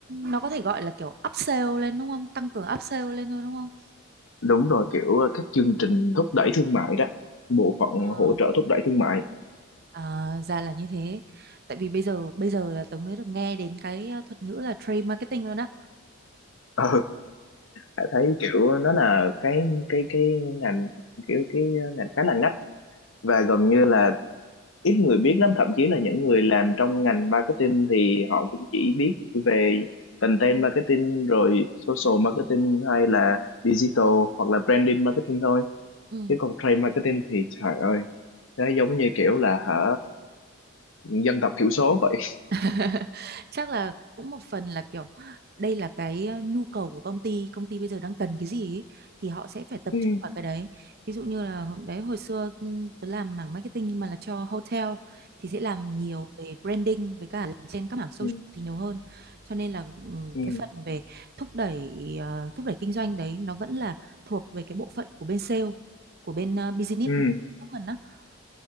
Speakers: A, on the right; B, on the left.
A: nó có thể gọi là kiểu upsell lên đúng không tăng cường upsell lên thôi đúng không
B: đúng rồi kiểu ờ, các chương trình thúc đẩy thương mại đó bộ phận
A: Ờ,
B: hỗ trợ thúc đẩy thương mại
A: à, ra là như thế tại vì bây giờ bây giờ là tớ mới được nghe đến cái ờ, thuật ngữ là trade marketing luôn á
B: ừ Hải thấy kiểu nó là cái cái cái ngành kiểu cái ngành khá là ngách và gần như là ít người biết lắm thậm chí là những người làm trong ngành marketing thì họ cũng chỉ biết về content marketing rồi social marketing hay là digital hoặc là branding marketing thôi
A: ừ.
B: chứ còn trade marketing thì trời ơi nó giống như kiểu là hả dân tộc thiểu số vậy
A: <laughs> chắc là cũng một phần là kiểu đây là cái ờ, nhu cầu của công ty công ty bây giờ đang cần cái gì ý, thì họ sẽ phải tập
B: ừ
A: trung vào cái đấy ví dụ như là hồi- đấy hồi xưa ừm, tớ làm mảng marketing nhưng mà là cho hotel thì sẽ làm nhiều về branding với cả làm trên các mảng social
B: ừ
A: thì nhiều hơn cho nên là ừm,
B: ừ
A: cái phần về thúc đẩy ờ, thúc đẩy kinh doanh đấy nó vẫn là thuộc về cái bộ phận của bên sale của bên ờ, business
B: ừ
A: development á